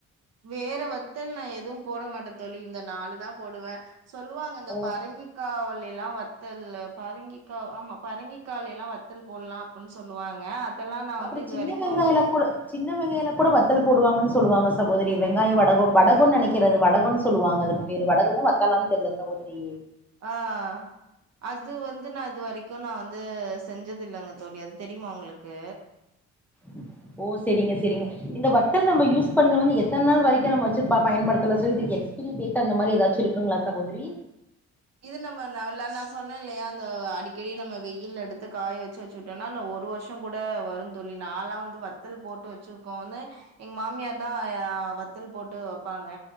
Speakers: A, on the right (about 55°); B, in the centre.
A: வேற வத்தல் நா எதும் போட மாட்டே தோழி இந்த நாலு தா போடுவே சொல்லுவாங்க இந்த
B: ஓ
A: பரங்கி காலிலா வத்தல்லு பரங்கிக்கா ஆமா பரங்கிக்கால்லிலா வத்தல் போல்லா அப்பன் சொல்லுவாங்க அதெல்லா நா
B: அப்பற
A: வந்து இது
B: சின்ன
A: வரைக்கு
B: வெங்காயல
A: நா
B: கூட சின்ன வெங்காயில கூட வத்தல் போடுவாங்கன் சொல்லுவாங்க சகோதரி வெங்காய வடகோ வடகோன் நனைக்கி இத வடகோன் சொல்லுவாங்க அதுக்கு பேரு வடகமோ வத்தாலான் தெர்ல சகோதரி
A: ஆ அது வந்து நா இது வரைக்கு நா வந்து செஞ்சது இல்லங்க தோழி அது தெரியுமா உங்களுக்கு
B: <inaudible> ஓ சரிங்க சரிங்க இந்த வத்தல் நம்ப யூஸ் பண்ணு வந்து எத்தன் நாள் வரைக்கு நம்ப வச்சு பா பயன்படுத்தல சொல் <unintelligible> திரி டேட்டா இந்த மாரி எதாச்சு இருக்குங்களா சகோதரி
A: இது நம்ம நல்ல நா சொன்னே இல்லையா அந்த அடிக்கடி நம்ம வெயில் எடுத்து காய வெச்சு வெச் சுட்டோன்னா நா ஒரு வர்ஷோ கூட வருன் தோழி நால்லா வந்து வத்தல் போட்டு வச்சிருக்கோந்த எங் மாமியார் தா வத்தல் போட்டு வெப்பாங்க